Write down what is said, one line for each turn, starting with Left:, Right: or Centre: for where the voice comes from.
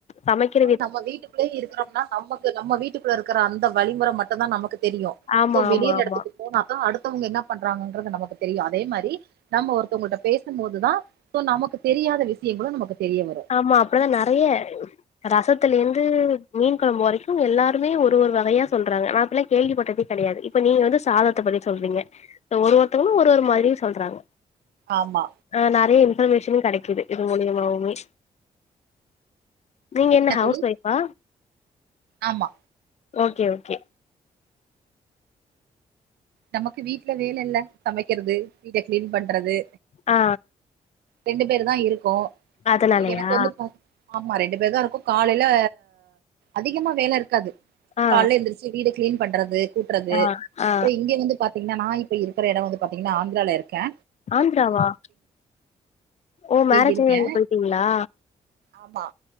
Left: சமைக்கி
Right: ப நம்ம வீட்டுக்குள்ளே இருக்குறோம்னா நமக்கு நம்ம வீட்டுக்குள்ளருக்கிற அந்த வழிமுற மட்டுந்தா நமக்கு தெரியு
Left: ஆமா
Right: சோ வெளியில
Left: ஆமா ஆமா
Right: எடத்துக்கு போனா தா அடுத்தவுங்க என்னா பண்றாங்குங்குன்றது நமக்கு தெரியு அதே மாரி நம்ம ஒருத்தங்குள்ட்ட பேசும் போதுதா சோ நமக்கு தெரியாத விஷயங்களு நமக்கு தெரிய வரு
Left: ஆமா அப்படதா நறைய ரசத்துலேந்து மீன் கொழம்பு வரைக்கு எல்லாருமே ஒரு ஒரு வகையா சொல்றாங்க நா அப்புள்ளா கேள்விப்பட்டதே கெடயாது இப்ப நீங்க வந்து சாதத்த பண்ணிட் சொல்றீங்க ட்ட ஒரு ஒருத்தவங்களு ஒரு ஒரு மாதிரியு சொல்றாங்க
Right: ஆமா
Left: ஆ நெறைய மேஷனு கெடைக்கிது இது மூலியமாவுமே நீங்கே என்னா
Right: என்ன
Left: ஹவுஸ்
Right: தோழி
Left: ஒய்ஃப்பா
Right: ஆமா
Left: ஓகே ஓகே
Right: நமக்கு வீட்லே வேலல்லே சமைக்கிறது வீட்டே க்ளீன் பண்றது
Left: ஆ
Right: ரெண்டுவு பேருதா இருக்கோ
Left: அதனாலயா
Right: சோ எனக் வந்து பா ஆமா ரெண்டு பேர்தா இருக்கோ காலைலே அதிகமா வேல இர்க்காது
Left: ஆ
Right: கால்லே எந்திருச்சி வீட க்ளீன் பண்றது து கூட்றது
Left: ஆ ஆ
Right: றோ இங்கே வந்து பா தீங்னா நா இப்பா இருக்ற எடோ வந்து பாத்தீங்கனா ஆந்திராலே இர்க்கே
Left: ஆந்திராவா ஓ மேரேஜ்
Right: இங்க இருக்கே
Left: ஆய் அங்க போயிட்டீங்களா
Right: ஆமா